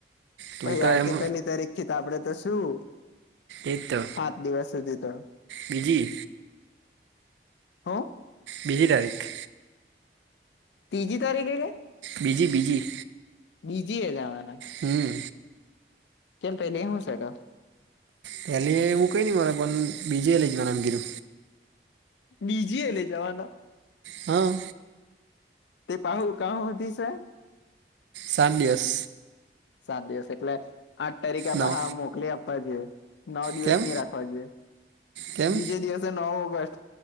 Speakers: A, on the right (about 80°); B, on the left (about 80°).
A: તું
B: પછ
A: તો
B: આવતી
A: એમ
B: પેલી તરી તો આપડે તો શું
A: એજ તો
B: સાત દિવસ સુધી તો
A: બીજી
B: હ
A: બીજી તારીખ
B: ત્રીજી તારીખે છે.
A: બીજી બીજી
B: બીજી એ જવાના
A: હમ્મ
B: કેમપ એલી એમ હ સાટ
A: પેલી એવું કઈ નઈ મારે પણ બીજે લઈ જવા નામ ગીરુ
B: બીજી એ લે જવાના
A: હા
B: તે પાહું ક હોતી સાહેબ
A: સાડિસ
B: સાત દિવસ એટલે આઠ તારીખે આપે
A: નવ
B: હા મોકલી આપવા જોઈએ. નવ દિવસ
A: કેમ
B: નહી રાખવા જોઈએ
A: કેમ
B: બીજે દિવસે નવ ઓગસ્ટ